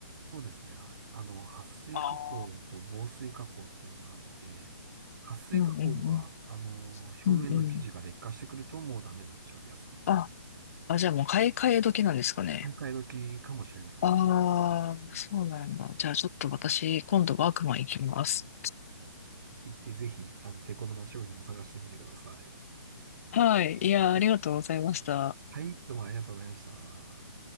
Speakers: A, on the right (about 55°); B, on the left (about 40°).
A: そうですね。ああの、撥水加工と防水加工っていうのがあって、
B: あー
A: 撥水加工は、
B: うんうんうん。
A: あの、表面の生地が劣化してくるともうダメになっちゃうやつなんですよ。
B: うんうん。あ、あ、じゃあもう買い替え時なんですかね。
A: 買い替え時かもしれないですね。
B: ああ、
A: うん
B: そうなんだ。じゃあちょっと私、今度ワークマン行きます。
A: 行ってぜひ、あの、手頃な商品を探してみてください。
B: はい。いや、ありがとうございました。
A: うんはい、どうもありがとうございました。